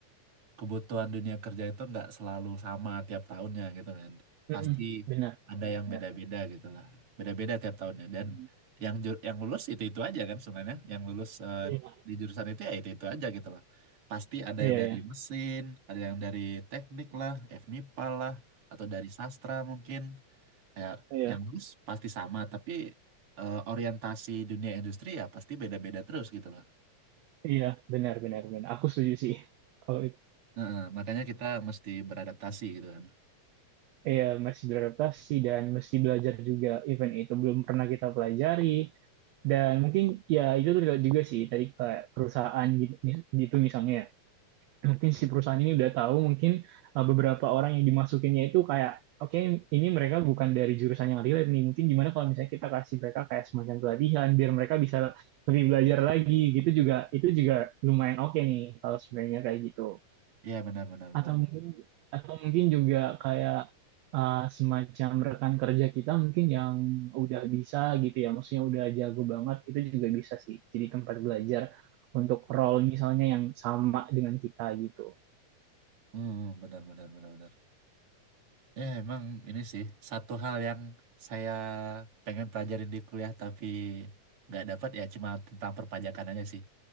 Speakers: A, on the right; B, on the right.
A: kebutuhan dunia kerja itu nggak selalu sama tiap tahunnya gitu kan
B: Mm-mm,
A: pasti
B: benar
A: ada
B: benar
A: yang
B: benar.
A: beda-beda gitu lah beda-beda tiap tahunnya dan
B: Hmm,
A: yang ju- yang lulus itu itu aja kan sebenarnya yang lulus eh,
B: Iya
A: di jurusan itu ya itu itu aja gitu loh pasti ada
B: iya
A: yang dari
B: iya.
A: mesin ada yang dari teknik lah FMIPA lah atau dari sastra mungkin ya
B: Iya.
A: yang bagus pasti sama tapi eh, orientasi dunia industri ya pasti beda-beda terus gitu loh
B: Iya, benar, benar, benar. Aku setuju sih. Kalau itu,
A: Heeh, makanya kita mesti beradaptasi gitu kan
B: iya, masih beradaptasi dan mesti belajar juga. Event itu belum pernah kita pelajari. Dan mungkin, ya, itu relate juga sih. Tadi kayak perusahaan gitu, mis- gitu misalnya. ya. Mungkin si perusahaan ini udah tahu, mungkin uh, beberapa orang yang dimasukinnya itu kayak, oke, ini mereka bukan dari jurusan yang relate nih. Mungkin gimana kalau misalnya kita kasih mereka kayak semacam pelatihan, biar mereka bisa lebih belajar lagi. Gitu juga, itu juga lumayan oke nih, kalau sebenarnya kayak gitu.
A: ya benar benar benar
B: atau mungkin atau mungkin juga kayak uh, semacam rekan kerja kita mungkin yang udah bisa gitu ya maksudnya udah jago banget itu juga bisa sih jadi tempat belajar untuk role misalnya yang sama dengan kita gitu
A: hmm, benar benar benar benar ya emang ini sih satu hal yang saya pengen pelajarin di kuliah tapi nggak dapat ya cuma tentang perpajakan aja sih